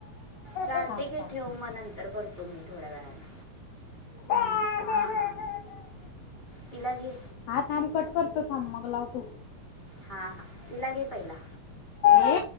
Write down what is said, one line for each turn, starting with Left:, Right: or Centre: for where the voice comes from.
Right: चालतय
Left: थांब
Right: की
Left: थांब
Right: ठेव मग नंतर करतो मी थोडयावेळान
Left: <unintelligible>
Right: तिला घे
Left: हा थांब कट करतो थांब मग लावतो.
Right: हा हा तिला घे पहिला
Left: ये